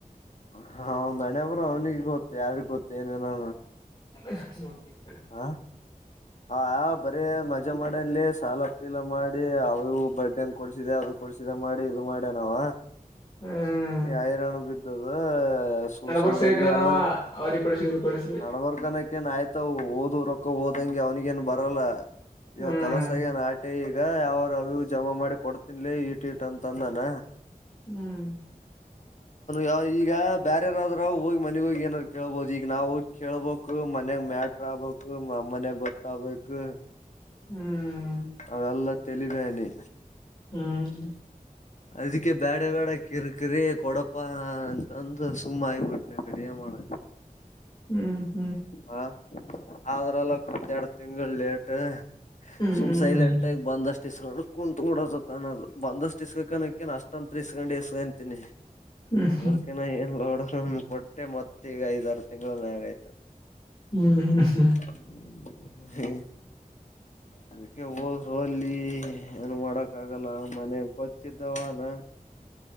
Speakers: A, on the left; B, on the left.
A: ಹ ನಣೆಯಬರು ಅವ್ನಿಿಗೆ ಗೊತ್ತು ಯಾರಿಗ್ ಗೊತ್ತು ಏನೇನ
B: ಕೆ
A: ಹ ಆ ಬರಿೀ ಮಜಾ ಮಾಡನ್ಲಿ ಸಾಲ ಪ್ಪಿಲ್ಲ ಮಾಡಿ ಅವು ಬಡ್ೆಂಗ ಕೊಡ್ಸಿದೆ ಅದ ಕೊಡ್ಸಿದೆ ಮಾಡಿ ಇದು ಮಾಡ್ಯನಾವ
B: ಹ್ಮ್
A: ಹಐರಾಣ ಬಿದ್ದದ ಸು
B: ನಡಬರ್ಕ್
A: ಸುು
B: ಸೇಕಣ
A: ಎಲ್ಲರಿ
B: ನಾವ ಅವ್ರಿಗೆ ಕೊಡ್ಸಿ ಇವ್ರಿಗೆ ಕೊಡ್ಸಿ
A: ನಡಬರ್ಕನಕ ಆಯ್ತ ಮ ಓದ್ ರೊಕ್ಕ ಓದಂಗೆ ಅವ್ನಗ ಏನ್ ಬರಲ್ಲ. ಇವ
B: ಹ್ಮ್
A: ಕಲಸಗನ್ ಆಟಿ ಈಗ ಯಾವರು ಅವರಿಗ ಜಮಾ ಮಾಡಿ ಕೊಡ್ತ. ತಿನ್ಲೇ ಈಟ ಇಟ್ ಅಂತ ಅಂದಾನ.
B: ಹ್ಮ್
A: ಆ ಈಗ ಬ್ಯಾರ್ಯಾರಾದ್ರ ಹೋಗಿ ಮನೆಗ ಹೋಗಿ ಏನಾದ್ ಕೇಳಬಹದು. ಈಗ ನಾವು ಹೋಗಿ ಕೇಳ್ಬಬೇಕ್. ಮನ್ಯಾಗ ಮ ಆಟರ್ ಆಗ್ಬೇಕು ಅಮ್ಮನ ಗೊತ್ತಾಗಬೇಕು.
B: ಹ್ಮ್
A: ಅವದಲ್ಲ ತೆಲಿ ಬೇನೆ.
B: ಹ್ಮ್
A: ಅದಕ್ಕೆ ಬ್ಯಾಡ ಬ್ಯಾಡ. ಕಿರ್ಕರಿ ಕೊಡಪ್ಪ ಅಂತಂದು ಸುಮ್ಮ ಐಬಿಟ್ಟೆ ಅಂಗಡೆ ಏನ್ ಮಾಡ.
B: ಹ್ಮ್
A: ಹಾ ಆದ್ರಲ್ಲ ಒಂದೆರಡು ತಿಂಗಳು ಲೇಟ್.
B: ಹ್ಮ್
A: ಸುಮ್ ಸೈಲೆಂಟ್ ಬಂದ ಅಷ್ಟು ಹೆಸರು ಕುಂತು ಬಿಡೋದು. ಕ ಒಂದಷ್ಟು ಇಸ್ಕ ಕಕೇನ್ ಅಷ್ಟ ಅಂತ ಇಸ್ಕೊಂಡು ಇಸ್ಕಂತೀಿನಿ.
B: ಹ್ಮ್
A: ಅದ್ರಕನ್ನ ಏನ್ ನೋಡ ಕೊಟ್ಟೆ ಮತ್ತ ಈಗ ಐದ ಆರುು ತಿಂಗಳನೆ ಆಗೈತು.
B: ಹ್ಮ್ ಹ್ಮ್
A: ಹ ಹ್ಮ ಅದಕ್ಕೆ ಹೋದರುಲ್ಲಿ ಏನು ಮಾಡಕ್ ಆಗಲ್ಲ ಮನೆಗ್ ಗೊತ್ತಿದ್ದಾವನ.